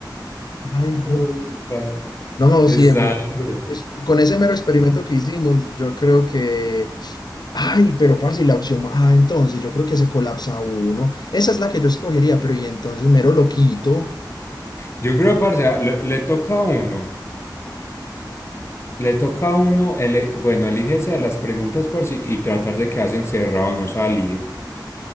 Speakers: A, on the left (about 60°); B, on the left (about 35°).
A: Ay, güey.
B: Uy, parce.
A: No,
B: Está
A: sí, definitivamente.
B: duro.
A: es- Con ese mero experimento que hicimos, yo creo que... Ay, pero parce, y la opción... ma- Ah, entonces, yo creo que se colapsa uno. Esa es la que yo escogería, pero y entonces, mero loquito.
B: Yo creo, parce, a- le, le toca a uno. Le toca a uno, ele- bueno, elige esa de las preguntas, parce, y tratar de quedarse encerrado, no salir.